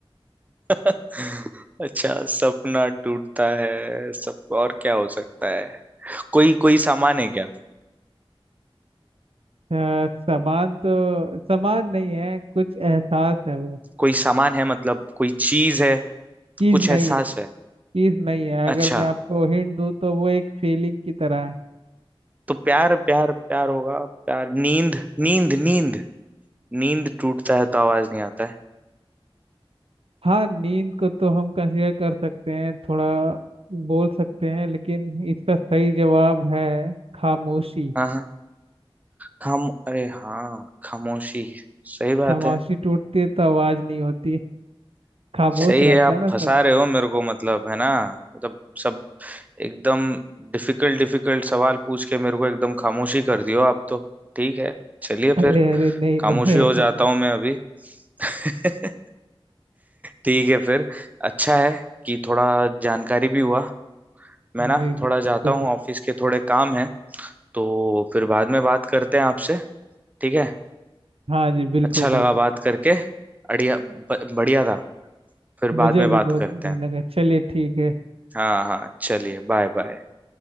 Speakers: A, on the right; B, on the right.
A: <laughs> अच्छा सपना टूटता है सब और क्या हो सकता है कोई कोई सामान है क्या
B: अ, सामान तो सामान नहीं है कुछ एहसास है वो
A: कोई सामान है मतलब कोई चीज है
B: चीज
A: कुछ
B: नहीं
A: एहसास
B: है
A: है
B: चीज नहीं है अगर
A: अच्छा
B: मैं आपको हिंट दूँ तो वो एक फीलिंग की तरह है
A: तो प्यार प्यार प्यार होगा प्यार नींद नींद नींद नींद टूटता है तो आवाज नहीं आता है
B: हाँ नींद को तो हम कंसीडर कर सकते हैं थोड़ा बोल सकते हैं लेकिन इसका सही जवाब है खामोशी
A: हाँ हाँ खाम अरे हाँ खामोशी सही बात
B: खामोशी
A: है
B: टूटती है तो आवाज नहीं होती खामोश
A: सही
B: रहता
A: है आप
B: है ना सब
A: फंसा रहे हो मेरे को मतलब है ना मतलब सब एकदम डिफिकल्ट डिफिकल्ट सवाल पूछ के मेरे को एकदम खामोशी कर दियो आप तो ठीक है चलिए
B: अरे
A: फिर
B: अरे नहीं नहीं
A: खामोशी
B: ऐसा
A: हो जाता
B: नहीं
A: हूँ मैं अभी <laughs> ठीक है फिर अच्छा है कि थोड़ा जानकारी भी हुआ मैं
B: जी
A: ना
B: जी बिल्कुल
A: थोड़ा जाता हूँ
B: बिल्कुल।
A: ऑफिस के थोड़े काम है तो फिर बाद में बात करते हैं आपसे ठीक है
B: हाँ जी बिल्कुल
A: अच्छा लगा
B: बिल्कुल
A: बात करके अड़िया ब- बढ़िया था फिर
B: मुझे
A: बाद में
B: भी
A: बात
B: बहुत
A: करते
B: बुरी
A: हैं
B: लगा चलिए ठीक है
A: हाँ हाँ चलिए बाय बाय